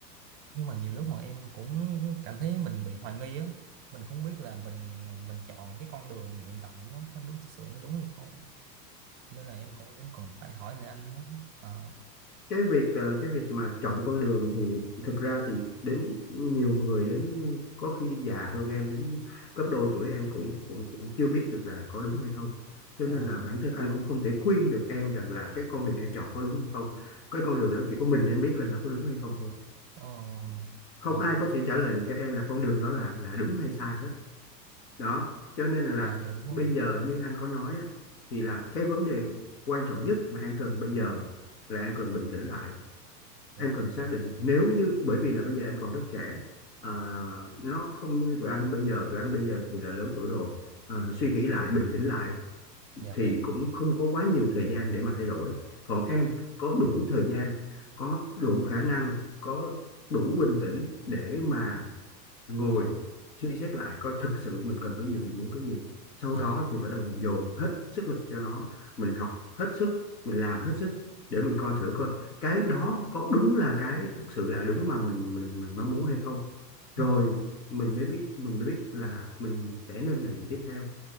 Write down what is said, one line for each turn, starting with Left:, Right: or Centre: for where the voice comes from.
Right: Nhưng mà nhiều lúc mà em cũng cảm thấy mình bị hoài nghi á, mình không biết là mình mình, mình chọn cái con đường hiện tại nó có đúng thực sự nó đúng hay không. Nên là em cũng cũng cần phải hỏi lại anh đó. À,
Left: cái việc ờ, cái việc mà chọn con đường thì thực ra thì đến nhiều người đến có khi già hơn em đến gấp đôi tuổi em cũng cũng cũng chưa biết được là có đúng hay không cho
Right: ờ,
Left: nên là bản thân anh cũng không thể khuyên được em rằng là cái con đường em chọn có đúng hay không cái con đường đó chỉ có mình em biết là nó có đúng hay không thôi
Right: ờ,
Left: không
Right: là
Left: ai
Right: cũng
Left: có
Right: có đúng
Left: thể trả
Right: không?
Left: lời được cho em là con đường đó là là đúng hay sai hết đó cho nên là, là
Right: Dạ, dạ đúng rồi.
Left: bây giờ như anh có nói á, thì là cái vấn đề quan trọng nhất mà em cần bây giờ là em cần bình tĩnh lại
Right: Dạ,
Left: em cần xác định nếu như bởi vì là bây giờ em còn rất trẻ ờ, nó không như tụi anh bây giờ tụi anh bây giờ thì là lớn tuổi rồi Ờ, suy nghĩ lại bình tĩnh lại
Right: dạ,
Left: thì
Right: dạ,
Left: cũng không có quá nhiều thời gian để mà thay đổi còn em có đủ thời gian có đủ khả năng có đủ bình tĩnh để mà ngồi suy xét lại coi thực sự mình cần cái gì mình muốn cái gì sau
Right: dạ,
Left: đó
Right: dạ.
Left: thì bắt đầu mình dồn hết sức lực cho nó mình học hết sức mình làm hết sức để mình coi thử coi cái đó có đúng là cái thực sự là đúng mà mình mình mình mong muốn hay không
Right: Ừ,
Left: rồi mình mới biết mình mới biết là mình sẽ nên làm gì tiếp theo